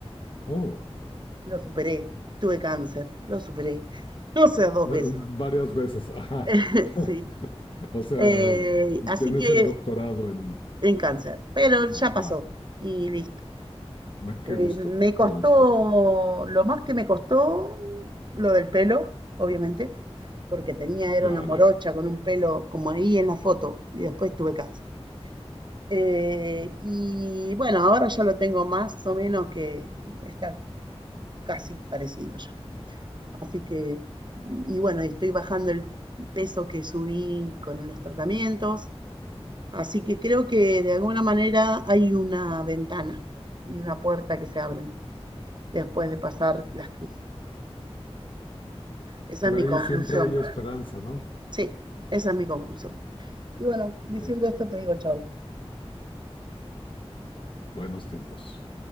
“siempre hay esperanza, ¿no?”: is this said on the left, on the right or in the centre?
Left